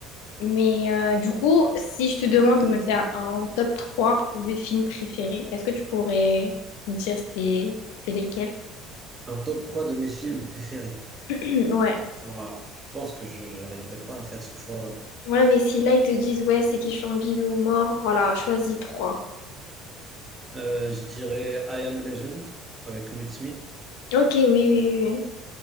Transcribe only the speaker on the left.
Mais euh, du coup, si je te demande de me faire un top 3 de films préférés, est-ce que tu pourrais me dire c'est c'est lesquels?
<clears throat> Ouais.
Ouais, mais si là ils te disent ouais, c'est question de vie ou mort, voilà, choisis trois.
Ok, oui, oui, oui. oui.